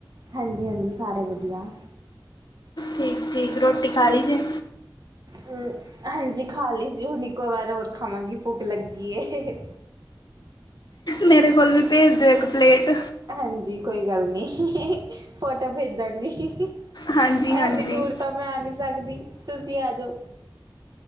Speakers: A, on the right; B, on the left.
A: ਹਾਂਜੀ, ਹਾਂਜੀ ਸਾਰੇ ਵਧੀਆ।
B: ਠੀਕ, ਠੀਕ ਰੋਟੀ ਖਾ ਲਈ ਜੇ।
A: ਹਮ ਹਾਂਜੀ ਖਾ ਲਈ ਸੀ। ਹੁਣ ਇੱਕੋ ਵਾਰ ਹੋਰ ਖਾਵਾਂਗੀ ਭੁਖ ਲੱਗੀ ਏ।
B: ਮੇਰੇ ਕੋਲ ਵੀ ਭੇਜ ਦਿਓ ਇੱਕ ਪਲੇਟ।
A: ਹਾਂਜੀ, ਕੋਈ ਗੱਲ ਨਹੀਂ ਫੋਟੋ ਭੇਜਾਂਗੀ।
B: ਹਾਂਜੀ ਹਾਂਜੀ
A: ਇਨੀ ਦੂਰ ਤਾਂ ਮੈਂ ਆ ਨਹੀਂ ਸਕਦੀ ਤੁਸੀਂ ਆ ਜਾਓ।